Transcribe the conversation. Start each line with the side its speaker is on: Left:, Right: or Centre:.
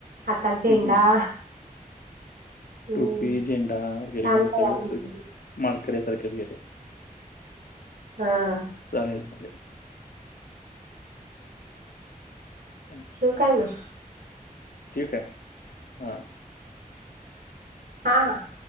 Right: हातात
Left: हम्म,
Right: झेंडा
Left: हम्म.
Right: हम्म
Left: टोपी, झेंडा वगैरे
Right: छान
Left: घेऊन
Right: तयार
Left: सगळमाळकऱ्यसारखंच
Right: होऊन गेली.
Left: गेल्या.
Right: हम्म
Left: चालेल चालेल चालेल.
Right: हं काय मग
Left: ठीक आहे हा.
Right: हा, हा.